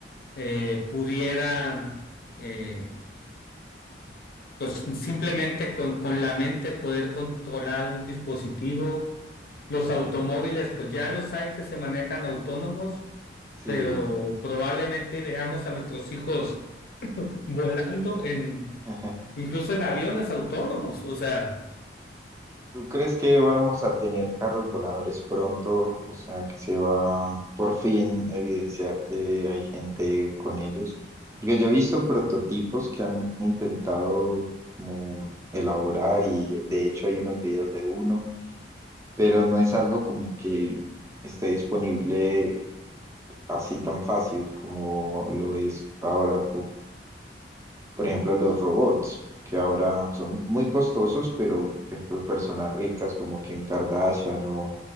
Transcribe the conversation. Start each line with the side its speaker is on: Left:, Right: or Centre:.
Left: eh, pudieran... eh, pues simplemente con, con la mente poder controlar un dispositivo. Los automóviles, pues ya los hay que se manejan autónomos,
Right: sí.
Left: pero probablemente veamos a nuestros hijos volando en,
Right: <laughs>
Left: incluso en aviones autónomos. O sea,
Right: ¿Tú crees que vamos a tener carros voladores pronto? O sea, que se va por fin a evidenciar que hay gente con ellos. Porque yo he visto prototipos que han intentado como elaborar y de hecho hay unos videos de uno, pero no es algo como que esté disponible así tan fácil como lo es ahora por ejemplo, los robots, que ahora son muy costosos, pero por ejemplo, personas ricas como Kim Kardashian o